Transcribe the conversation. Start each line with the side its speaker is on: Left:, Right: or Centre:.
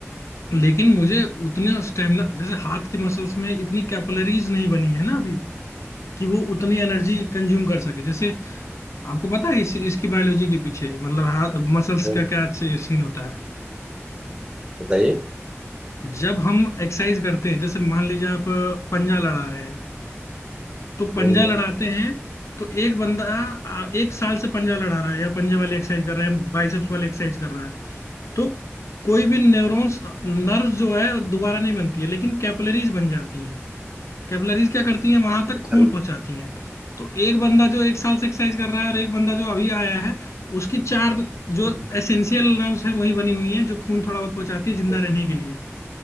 Left: लेकिन मुझे उतने स्टेमिना जैसे हाथ की मसल्स में इतनी कैपिलरीज नहीं बनी है ना अभी कि वो उतनी एनर्जी कंज्यूम कर सके जैसे आपको पता है इस, इसकी बायोलॉजी के पीछे मतलब हाथ मसल्स
Right: हम्म,
Left: का क्या सीन होता है
Right: बताइए
Left: जब हम एक्सरसाइज करते हैं जैसे मान लीजिए आप अ, पंजा लड़ा रहे हैं तो पंजा
Right: हम्म,
Left: लड़ाते
Right: हम्म,
Left: हैं तो एक बंदा अ, एक साल से पंजा लड़ा रहा है या पंजे वाली एक्सरसाइज कर रहा है बाइसेप्स वाली एक्सरसाइज कर रहा है तो कोई भी न्यूरॉन्स नर्व जो है दोबारा नहीं बनती है लेकिन कैपिलरीज बन जाती हैं कैपिलरीज क्या करती हैं वहां तक
Right: अच्छा
Left: खून पहुंचाती हैं तो एक बंदा जो एक साल से एक्सरसाइज कर रहा है और एक बंदा जो अभी आया है उसकी चार जो
Right: हम्म,
Left: एसेंशियल नर्व्स है वही बनी हुई हैं जो खून थोड़ा बहुत पहुंचाती है जिंदा
Right: हम्म,
Left: रहने के लिए